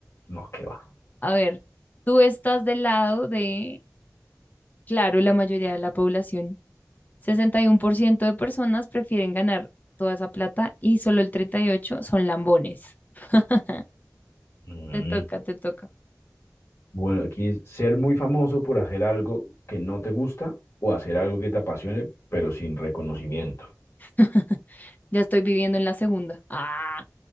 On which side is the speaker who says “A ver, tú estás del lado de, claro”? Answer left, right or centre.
Left